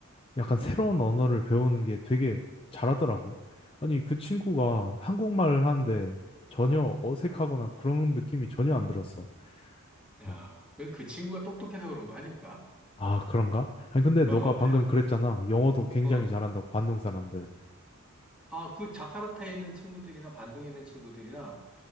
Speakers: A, on the left; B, in the centre.
A: 약간 새로운 언어를 배우는 게 되게 잘하더라고. 아니, 그 친구가 한국말을 하는데 전혀 어색하거나 그런 느낌이 전혀 안 들었어.
B: 야,
A: 어,
B: 그, 그 친구가 똑똑해서 그런 거 아닐까?
A: 아, 그런가? 아니, 근데 너가
B: <laughs>
A: 방금 그랬잖아. 영어도 굉장히
B: 어, 어.
A: 잘한다고, 반동 사람들.
B: 아, 그 자카르타에 있는 친구들이나 반둥에 있는 친구들이나